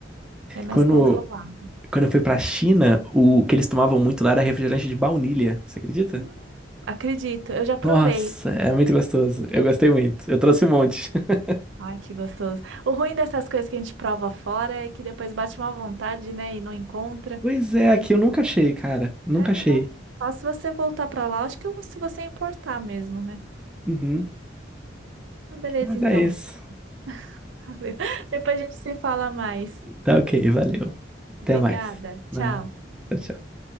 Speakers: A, on the right; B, in the centre.
A: É mais
B: Quando,
A: controlado.
B: quando eu fui pra China, o que eles tomavam muito lá era refrigerante de baunilha. Você acredita?
A: Hum, acredito, eu já provei.
B: Nossa, é muito gostoso. Eu gostei muito. Eu trouxe um monte. <laughs>
A: Ai, que gostoso. O ruim dessas coisas que a gente prova fora é que depois bate uma vontade, né, e não encontra.
B: Pois é, aqui eu nunca achei, cara. Nunca
A: É,
B: achei.
A: não. Só se você voltar pra lá, acho que eu- se você importar mesmo, né?
B: Uhum.
A: Ah, Beleza,
B: Mas
A: então.
B: é isso.
A: <laughs> Valeu. Depois a gente se fala mais.
B: Tá ok, valeu. Até
A: Obrigada.
B: mais. Né?
A: Tchau.
B: Tchau, tchau.